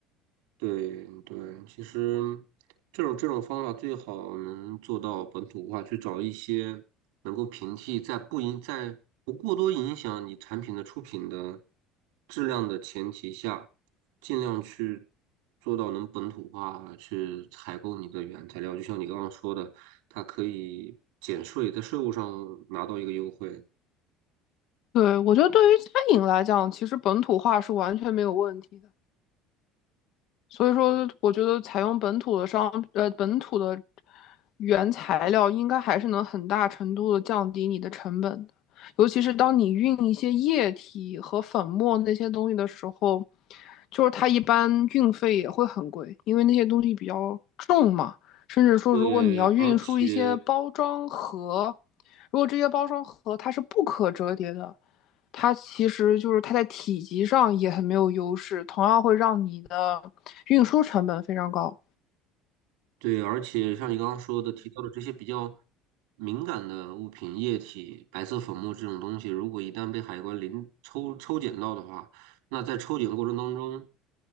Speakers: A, on the right; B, on the left.
A: 对对，其实这种这种方法最好能做到本土化，去找一些能够平替在不影在不过多影响你产品的出品的质量的前提下，尽量去做到能本土化去采购你的原材料。就像你刚刚说的，它可以减税，在税务上拿到一个优惠。
B: 对，我觉得对于餐饮来讲，其实本土化是完全没有问题的。所以说，我觉得采用本土的商，呃，本土的原材料，应该还是能很大程度的降低你的成本的。尤其是当你运一些液体和粉末那些东西的时候，就是它一般运费也会很贵，因为那些东西比较重嘛。甚至说，
A: 对，
B: 如果你要运输一些包装盒，
A: 而且
B: 如果这些包装盒它是不可折叠的，它其实就是它在体积上也很没有优势，同样会让你的运输成本非常高。
A: 对，而且像你刚刚说的提到的这些比较敏感的物品、液体、白色粉末这种东西，如果一旦被海关临抽抽检到的话，那在抽检过程当中，